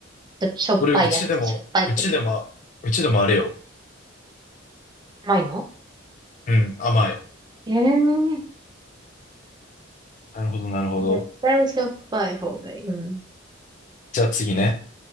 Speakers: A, on the right; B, on the left.
A: ちょっとしょっぱいやつ、
B: 俺、うちでも、
A: しょっぱいっていうか。
B: うちでも、うちでもあれよ。
A: 甘いの
B: うん、甘い。
A: ええー
B: なるほど、なるほど。
A: 絶対しょっぱい方がいい。うん。
B: じゃあ次ね。